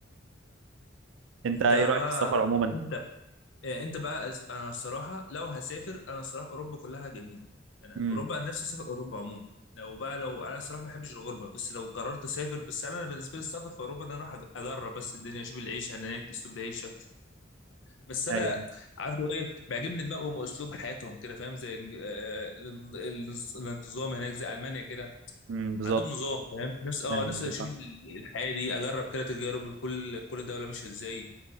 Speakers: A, on the right (about 85°); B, on the left (about 70°).
A: انت
B: انت
A: ايه رايك
B: بقى
A: في السفر عموما
B: انت اه، انت بقى از- انا الصراحه لو هسافر انا الصراحه اوروبا كلها جميله انا
A: امم
B: اوروبا انا نفسي اسافر اوروبا عموما لو بقى لو انا الصراحه ما بحبش الغربه بس لو قررت اسافر بس انا بالنسبه لي السفر في اوروبا ان انا اروح اج- اجرب بس الدنيا اشوف العيشه هناك اسلوب العيشه بس انا
A: ايوه
B: عارف لو ايه بيعجبني دماغهم واسلوب حياتهم كده فاهم زي ال- اه، الان- الانظ- الانتظام هناك زي المانيا كده
A: امم بالظبط
B: عندهم نظام فاهم نفس اه
A: ايوه
B: نفسي
A: ايوه
B: اشوف
A: فاهم.
B: ال- الحياه دي اجرب كده تجارب كل كل دوله ماشيه ازاي